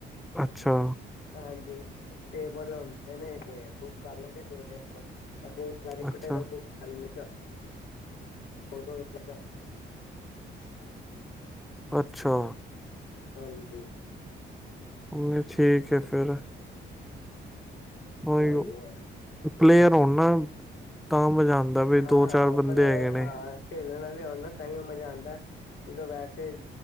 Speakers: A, in the centre; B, on the left.
A: ਅੱਛਾ
B: ਹਾਂਜੀ ਟੇਬਲ ਹੁੰਦੇ ਨੇ ਤੇ ਬੁੱਕ ਕਰ ਲੈਂਦੇ ਦੋ ਟੇਬਲ, ਅਸੀਂ ਮੈਂ ਤਾਂ ਇੱਕੋ
A: ਅੱਛਾ
B: ਟੇਬਲ ਬੁੱਕ ਕਰ ਲੈਨਾ ਚਾਰ <unintelligible>
A: ਅੱਛਾ
B: ਹਾਂਜੀ
A: ਉਵੇਂ ਠੀਕ ਏ ਫਿਰ। ਉਹੀ
B: ਹਾਂਜੀ
A: ਓ,
B: ਹਾਂ
A: ਪਲੇਅਰ ਹੋਣ ਨਾ, ਤਾਂ ਮਜ਼ਾ ਆਉਂਦਾ ਵੀ ਦੋ-ਚਾਰ
B: ਹਾਂ ਹਾਂ
A: ਬੰਦੇ
B: ਪਲੇਅਰ
A: ਹੈਗੇ
B: ਹਾਂ
A: ਨੇ।
B: ਖੇਲਣ ਆਲੇ ਹੋਣ ਨਾ ਤਾਹੀਓ ਮਜਾ ਆਂਦਾ, ਜਦੋਂ ਵੈਸੇ,